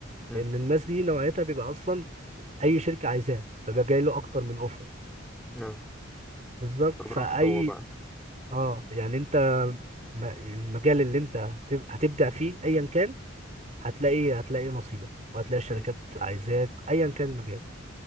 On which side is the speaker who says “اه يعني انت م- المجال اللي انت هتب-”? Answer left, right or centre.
Right